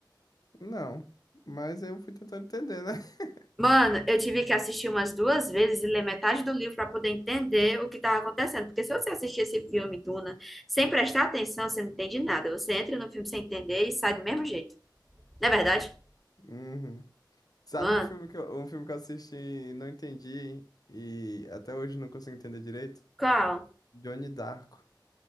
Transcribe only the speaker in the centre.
Mano, eu tive que assistir umas duas vezes e ler metade do livro pra poder entender o que tava acontecendo. Porque se você assistir esse filme, Duna, sem prestar atenção, você não entende nada. Você entra no filme sem entender e sai do mesmo jeito. Não é verdade?
Mano,
qual?